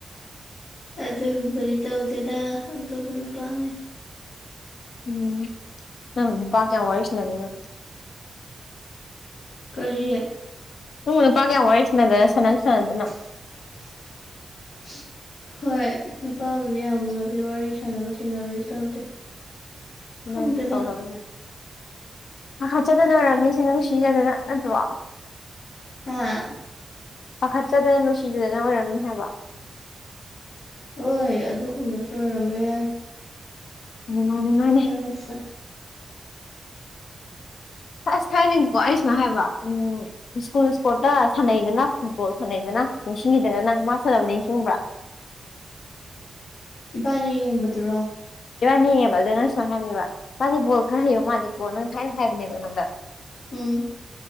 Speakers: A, on the left; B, on the left.
A: ꯑꯗꯨꯒꯨꯝꯕꯗꯤ ꯇꯧꯗꯦꯗ ꯑꯇꯣꯞꯄ ꯅꯨꯄꯥꯉꯩ꯫
B: ꯎꯝ ꯎꯝ ꯅꯪꯅ ꯅꯨꯄꯥ ꯀꯌꯥ ꯋꯥꯔꯤ ꯁꯥꯅ ꯗꯣꯏꯅꯣ꯫
A: ꯀꯔꯤ꯫
B: ꯅꯪꯕꯨ ꯅꯨꯄꯥ ꯀꯌꯥꯝ ꯋꯥꯔꯤ ꯁꯟꯅꯗꯣꯏꯅꯣ ꯁꯥꯟꯅꯁꯨ ꯁꯥꯟꯅꯗꯅ꯫
A: <inaudible> ꯍꯣꯏ ꯅꯨꯄꯥꯕꯨꯗꯤ ꯌꯥꯝꯕꯨꯗꯤ ꯋꯥꯔꯤ ꯁꯥꯟꯅꯕ ꯇꯤꯟꯅꯕꯗꯤ ꯇꯧꯗꯦ꯫ ꯈꯪꯗꯦꯗ
B: ꯅꯪ ꯇꯧꯗꯧꯅꯤꯅꯦ ꯍꯥꯆꯗꯅꯔꯝꯅꯤꯁꯦ ꯅꯨꯡ ꯁꯤꯖꯗꯅ ꯅꯠꯇ꯭ꯔꯣ꯫
A: ꯍꯥꯥ꯫
B: ꯄꯥꯈꯠꯆꯗꯅ ꯅꯨꯡꯁꯤꯖꯗꯅ ꯑꯣꯏꯔꯝꯅꯤ ꯍꯥꯏꯕ꯫
A: ꯍꯣꯏ ꯑꯗꯨꯒꯨꯝꯕꯁꯨ ꯑꯣꯏꯔꯝꯕ ꯌꯥꯏ꯫
B: ꯑ ꯃꯥꯥꯟꯅꯦ ꯃꯥꯥꯟꯅꯦ꯫
A: <unintelligible>
B: ꯑꯁ ꯊꯥꯏꯅꯗꯤꯀꯣ ꯑꯩꯅ ꯁꯨꯃꯥꯏꯅ ꯍꯥꯏꯕ ꯎꯝ ꯁ꯭ꯀꯨꯜ ꯏꯁꯄꯣꯔꯠꯇ ꯁꯥꯟꯅꯩꯗꯅ ꯐꯨꯠꯕꯣꯜ ꯁꯥꯟꯅꯩꯗꯅ ꯅꯤꯡꯁꯤꯡꯈꯤꯗꯅ ꯅꯪ ꯃꯥ ꯁꯥꯟꯅꯕ ꯅꯤꯡꯁꯤꯡꯕ꯭ꯔꯥ꯫
A: ꯏꯕꯥꯅꯤ ꯌꯦꯡꯕꯗꯨꯔꯣ꯫
B: ꯏꯕꯥꯅꯤꯉꯕ ꯑꯗꯣ ꯅꯪ ꯁꯨꯃꯥꯏꯅꯝꯃꯤꯕ ꯃꯥꯗꯤ ꯕꯣꯜ ꯈꯔ ꯍꯩꯌꯣ ꯃꯥꯂꯦꯀꯣ ꯅꯪ ꯊꯥꯏꯅ ꯍꯥꯏꯕꯅꯦꯕ ꯅꯪꯉꯣꯟꯗ꯫
A: ꯎꯝ꯫